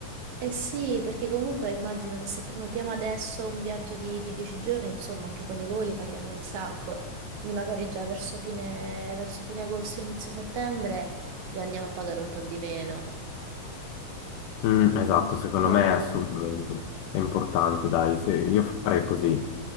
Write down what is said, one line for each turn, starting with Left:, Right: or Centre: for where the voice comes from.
Right: eh sì, perché comunque immagino che se prenotiamo adesso un viaggio di, di 10 giorni, insomma, anche con i voli paghiamo un sacco. Quindi magari già verso fine, verso fine agosto, inizio settembre, già andiamo a pagare un po' di meno.
Left: Mm, esatto, secondo
Right: Dai,
Left: me è assolutamente è importante, dai, se- io farei così.